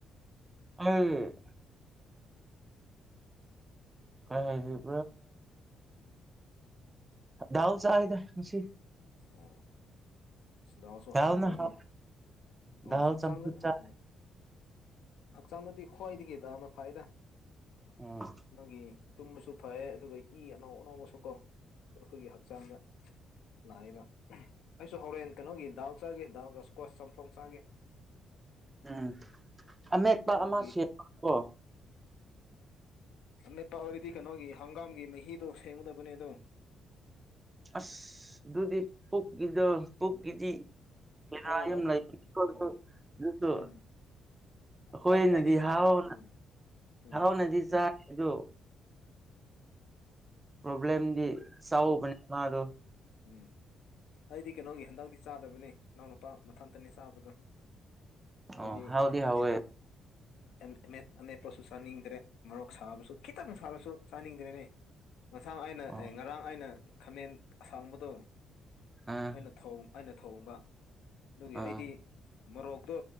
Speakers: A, on the right (about 20°); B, on the left (about 80°).
A: ꯑꯩ <unintelligible> ꯗꯥꯜ ꯆꯥꯢꯗ ꯉꯁꯤ
B: ꯑꯣ ꯗꯥꯜꯁꯨ
A: ꯗꯥꯜꯅ
B: ꯍꯥꯎꯕꯅꯤꯍꯦ
A: ꯍꯥꯎ
B: ꯎꯝ
A: ꯗꯥꯜ
B: ꯍꯛꯆꯥꯡꯗ
A: ꯆꯝꯐꯨꯠ ꯆꯥꯏ
B: ꯎꯝ ꯍꯛꯆꯥꯡꯗꯗꯤ ꯈ꯭ꯋꯥꯏꯗꯤꯒꯤ ꯗꯥꯜꯅ ꯐꯥꯏꯗ
A: ꯎꯝ
B: ꯅꯣꯏꯒꯤ ꯇꯨꯝꯕꯁꯨ ꯐꯩ ꯑꯗꯨꯒ ꯏ ꯑꯅꯧ ꯑꯅꯧꯕꯁꯨ ꯀꯣ ꯑꯩꯈꯣꯏꯒꯤ ꯍꯛꯆꯥꯡꯗ ꯂꯥꯛꯏꯕ ꯑꯩꯁꯨ ꯍꯣꯔꯦꯟ ꯀꯩꯅꯣꯒꯤ ꯗꯥꯜ ꯆꯥꯒꯦ ꯗꯥꯜ ꯁꯀ꯭ꯋꯥꯁ ꯆꯝꯊꯣꯡ ꯆꯥꯒꯦ
A: ꯎꯝ ꯑꯃꯦꯠꯄ
B: ꯀꯩꯅꯣꯒꯤ
A: ꯑꯃ ꯁꯤ ꯀꯣ
B: ꯑꯃꯦꯠꯄ ꯑꯣꯏꯔꯗꯤ ꯀꯩꯅꯣꯒꯤ ꯍꯪꯒꯥꯝꯒꯤ ꯃꯍꯤꯗꯣ ꯁꯦꯝꯒꯗꯕꯅꯦ ꯑꯗꯣ
A: ꯑꯁ ꯑꯗꯨꯗꯤ ꯄꯨꯛꯀꯤꯗ ꯄꯨꯛꯀꯤꯖꯤ ꯕꯦꯔꯥ
B: ꯑ
A: ꯌꯥꯝ
B: ꯑꯗꯨ
A: ꯂꯩꯕꯅꯤꯀꯣ
B: ꯎꯝ
A: ꯑꯗꯨꯗꯣ
B: ꯎꯝ
A: ꯑꯈꯣꯏꯅꯗꯤ
B: ꯑꯩꯗꯤ ꯑꯩꯗꯤ
A: ꯍꯥꯎꯅ
B: ꯎꯝ ꯎꯝ
A: ꯍꯥꯎꯅꯗꯤ ꯆꯥꯏ ꯑꯗꯣ ꯄ꯭ꯔꯣꯕ꯭ꯂꯦꯝꯗꯤ ꯆꯥꯎꯕꯅꯦ ꯃꯥꯗꯣ
B: ꯎꯝ ꯑꯩꯗꯤ ꯀꯩꯅꯣꯒꯤ ꯍꯟꯗꯛꯇꯤ ꯆꯥꯗꯕꯅꯦ ꯏꯅꯥꯎ ꯅꯨꯄꯥ ꯃꯊꯟꯇꯅꯦ ꯆꯥꯕꯗꯣ ꯃꯗꯤ
A: ꯑꯣ ꯍꯥꯎꯗꯤ ꯍꯥꯎꯋꯦ
B: <inaudible> ꯎ ꯑꯃꯦꯠꯄꯁꯨ ꯆꯥꯅꯤꯡꯗ꯭ꯔꯦ ꯃꯔꯣꯔꯣꯛ ꯁꯥꯕꯁꯨ ꯈꯤꯇꯪ ꯁꯥꯔꯁꯨ ꯆꯥꯅꯤꯡꯗ꯭ꯔꯦꯅꯦ ꯉꯁꯥꯡ ꯑꯩꯅ
A: ꯑꯣ
B: ꯑꯦ ꯉꯔꯥꯡ ꯑꯩꯅ ꯈꯥꯃꯦꯟ ꯑꯁꯥꯡꯕꯗꯣ
A: ꯑꯥ
B: ꯑꯩꯅ ꯑꯩꯅ ꯊꯧꯍꯣꯡꯕ ꯑꯗꯨꯒꯤ
A: ꯑꯥ
B: ꯑꯩꯗꯤ ꯃꯣꯔꯣꯛꯇꯣ